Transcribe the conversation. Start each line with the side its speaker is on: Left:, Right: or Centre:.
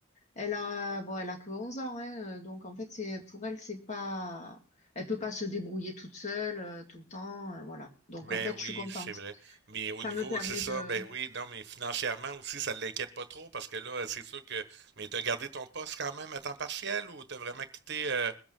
Left: elle a bon elle a que onze ans hein, euh, donc en fait c'est pour elle c'est pas elle peut pas se débrouiller toute seule euh, tout le temps euh, voilà donc
Right: Ben
Left: en fait
Right: oui,
Left: je suis contente
Right: c'est vrai. Mais au
Left: ça
Right: niveau,
Left: me permet
Right: c'est ça,
Left: de
Right: ben oui, non, mais financièrement aussi, ça l'inquiète pas trop parce que là, c'est sûr que. Mais t'as gardé ton poste quand même à temps partiel ou t'as vraiment quitté euh,